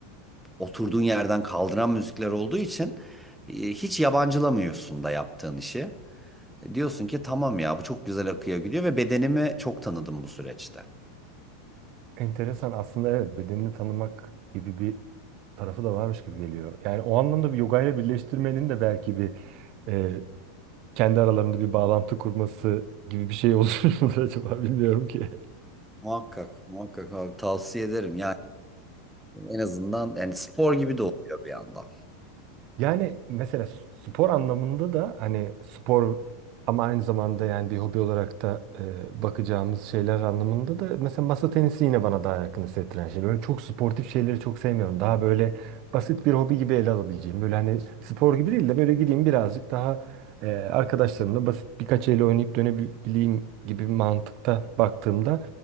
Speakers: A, in the centre; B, on the right.
A: oturduğun yerden kaldıran müzikler olduğu için e, hiç yabancılamıyorsun da yaptığın işi. E, Diyorsun ki tamam ya bu çok güzel akıyor gidiyor ve bedenimi çok tanıdım bu süreçte.
B: Enteresan aslında evet bedenini tanımak gibi bir tarafı da varmış gibi geliyor. Yani o anlamda bir yoga ile birleştirmenin de belki bir e, kendi aralarında bir bağlantı kurması gibi bir şey olur <laughs> mudur acaba bilmiyorum ki.
A: Muhakkak, muhakkak abi tavsiye ederim. Yani en azından yani spor gibi de oluyor bir yandan.
B: Yani mesela s- spor anlamında da hani spor ama aynı zamanda yani bir hobi olarak da e, bakacağımız şeyler anlamında da mesela masa tenisi yine bana daha yakın hissettiren şey. Böyle çok sportif şeyleri çok sevmiyorum. Daha böyle basit bir hobi gibi ele alabileceğim. Böyle hani spor gibi değil de böyle gideyim birazcık daha e, arkadaşlarımla basit birkaç el oynayıp dönebileyim gibi bir mantıkta baktığımda